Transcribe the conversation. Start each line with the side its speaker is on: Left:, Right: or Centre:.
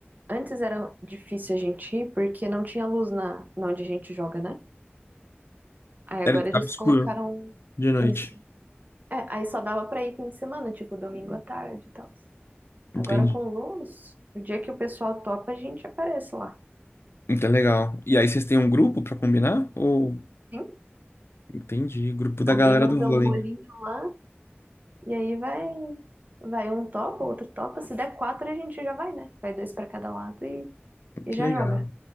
Right: Antes era difícil a gente ir porque não tinha luz na, na onde a gente joga, né? Aí agora
Left: Era de
Right: eles
Left: escuro,
Right: colocaram
Left: de noite.
Right: isso. É, aí só dava pra ir fim de semana, tipo domingo à tarde e tal.
Left: Entendi.
Right: Agora com luz, o dia que o pessoal topa, a gente aparece lá.
Left: Então, é legal. E aí, vocês têm um grupo pra combinar? Ou...
Right: Sim?
Left: Entendi, grupo da
Right: Alguém
Left: galera
Right: manda
Left: do vôlei.
Right: um olhinho lá e aí vai, vai um topa, outro topa. Se der quatro, a gente já vai, né? Vai dois pra cada lado e, e
Left: Que
Right: já
Left: legal,
Right: joga.